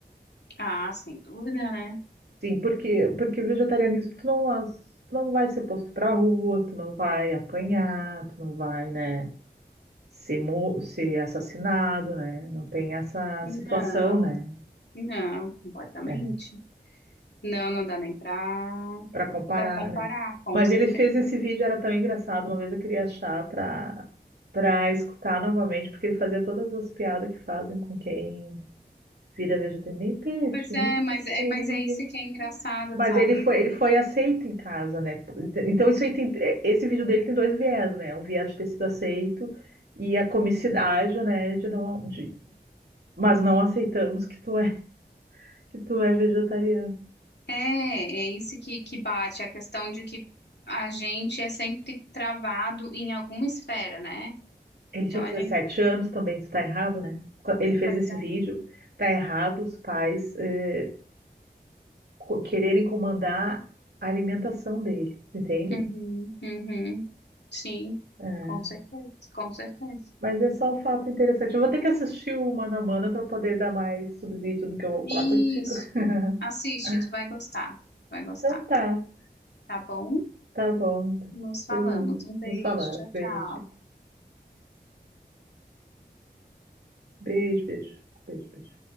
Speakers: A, on the left; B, on the right.
A: Ah, sem dúvida, né?
B: Sim, porque, porque o vegetarianismo, tu não, as- tu não vai ser posto pra rua, tu não vai apanhar, tu não vai, né, ser, mo- ser assassinado, né? Não tem essa
A: Não.
B: situação, né?
A: Não, completamente.
B: É, é,
A: Não, não dá nem pra,
B: para comparar,
A: pra comparar,
B: né?
A: com
B: Mas
A: certeza.
B: ele fez esse vídeo, era tão engraçado, uma vez eu queria achar pra para escutar novamente, porque ele fazia todas as piadas que fazem com quem vira vegetariano, nem peixe,
A: Pois
B: nem
A: é,
B: não
A: mas
B: sei o que,
A: é,
B: nem
A: mas
B: não
A: é isso
B: sei o quê.
A: que é engraçado,
B: Mas
A: sabe?
B: ele foi, ele foi aceito em casa, né? Então isso aí tem- esse vídeo dele tem dois viés, né? O viés de ter sido aceito e a comicidade, né? De não, de, mas não aceitamos que tu é, que tu é vegetariano.
A: É, é isso que, que bate, a questão de que a gente é sempre travado em alguma esfera, né?
B: Ele
A: Então
B: tinha
A: a
B: 17
A: gente
B: anos também, isso tá errado, né? Qu- Ele fez
A: vai
B: esse
A: dar.
B: vídeo, tá errado os pais eh, co- quererem comandar a alimentação dele, entende?
A: Uhum, uhum. Sim,
B: É.
A: com certeza, com certeza.
B: Mas é só um fato interessante. Eu vou ter que assistir o Mano a Mano para poder dar mais subsídio do que eu vou
A: Isso.
B: falar contigo. <laughs>
A: Assiste,
B: Ah,
A: tu vai gostar. Vai gostar.
B: então tá,
A: Tá bom?
B: tá bom. tá
A: Nos falamos.
B: Beijo.
A: Um beijo.
B: Nos falamos.
A: Tchau,
B: Beijo.
A: tchau.
B: Beijo, beijo, beijo, beijo.